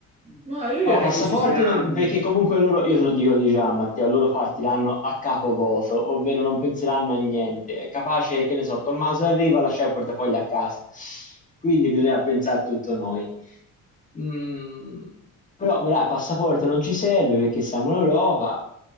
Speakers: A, on the right (about 20°); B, on the left (about 20°).
A: No, io
B: Allora,
A: direi
B: passaporti
A: che ci siamo.
B: no, perché comunque loro, io te lo dico di già, Matteo, loro partiranno a capo voto, ovvero non penseranno a niente. È capace, che ne so, Tommaso arriva, lascia il portafoglio a casa. Quindi bisogna pensare a tutto noi. Mm, però, bravo, passaporto non ci serve perché siamo in Europa.